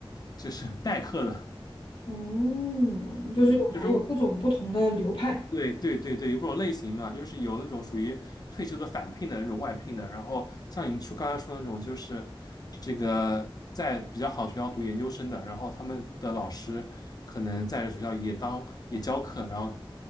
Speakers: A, on the left (about 45°); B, on the left (about 80°).
A: 就是代课的，
B: 哦，就是反正有各种不同的流派。
A: 嗯，就是对对对对，有这种类型嘛，就是有那种属于退休的返聘的那种外聘的，然后像你说刚才说的那种，就是这个在比较好的学校读研究生的，然后他们的老师可能在这学校也当也教课，然后